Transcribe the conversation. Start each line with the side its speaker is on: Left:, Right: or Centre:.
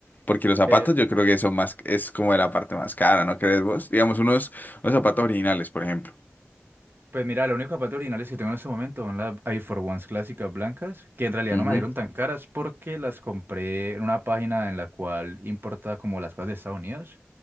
Left: porque los zapatos
Right: Eh,
Left: yo creo que son más, es como de la parte más cara, ¿no crees vos? Digamos, unos, unos zapatos originales, por ejemplo.
Right: pues mira, los únicos zapatos originales que tengo en este momento son las Air Force Ones clásicas blancas, que en realidad
Left: Ujú.
Right: no me salieron tan caras porque las compré en una página en la cual importa como las cosas de Estados Unidos.